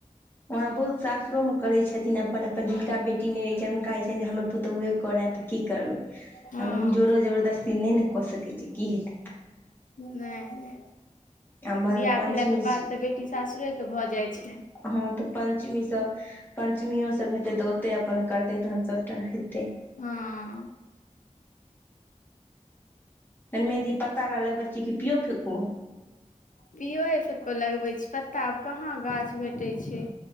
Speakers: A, on the left; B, on the left.
A: व आब बहुत सासुरो म करै छथिन अपन- अपन जिनका बेटी नै रहै छनि हुनका हइ छनि जे हमर पुतहुवे करथि। की करबै
B: हँ
A: हमरो जोरो जबरदस्ती नै ने कऽ सकै छी की हेतै।
B: नै नै।
A: हमर
B: बियाह
A: पञ्चमी
B: भेला के बाद तऽ बेटी सासुरे क भऽ जाइ छै।
A: हॅं तऽ पंचमी सँ पंचमियो सब हेतै तऽ ओत्तै अपन करतै तहन सबटा हेतै।
B: हॅंऽ।
A: तहैन मेहदी पत्ता बला लगबै छियै कि पियो - फेको?
B: पियोए फेको लगबै छी पत्ता आब कहाँ गाछ भेटै छै।